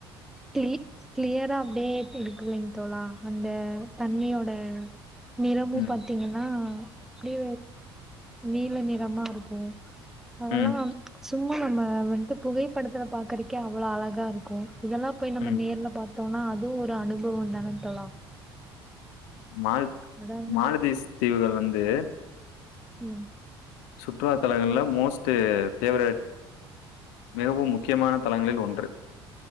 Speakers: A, in the centre; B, on the left.
A: க்ளி கிளியரா அப்டியே இருக்குலங்க தோழா அந்த தண்ணியோட நிறமும்
B: ம்.
A: பாத்தீங்கன்னா அப்டிய நீல நிறமா இருக்கு அதெல்லாம்
B: ம்.
A: சும் நம்ம வந்துட்டு புகைப்படத்துல பாக்குறக்கே அவ்ளோ அழகா இருக்கு இதெல்லாம் போய்
B: ம்.
A: நேர்ல பாத் தோழா அதுவு ஒரு அனுபவம் தான தோழா
B: மா
A: அதான
B: மா தீஸ் தீவுகள் வந்து
A: உம்
B: சுற்றுலா தலங்கள்ல மோஸ்ட் ஃபேவெரெட் மிகவும் முக்கிய முக்கியமான தளங்களில் ஒன்று